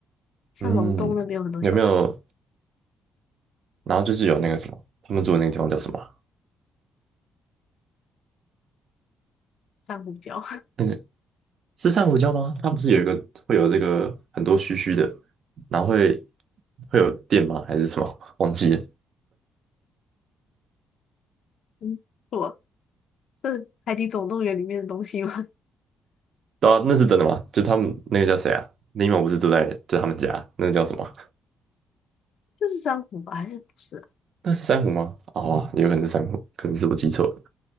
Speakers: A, on the left; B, on the right.
A: 像龙洞那边有很多小蓝鱼，
B: 嗯，有没有？然后就是有那个什么，他们住的那个地方叫什么啊
A: 珊瑚礁，
B: 那个是珊瑚礁吗？它不是有一个会有这个很多须须的，然后会会有电吗？还是什么？<laughs> 忘记了。
A: <laughs> 嗯，错，是《海底总动员》里面的东西吗？<laughs>
B: 到啊，那是真的吗？就他们那个叫谁啊？林某不是住在就他们家，那个叫什么？
A: 就是珊瑚吧，还是不是啊？
B: 那是珊瑚吗？哦啊，有可能是珊瑚，可能是我记错了。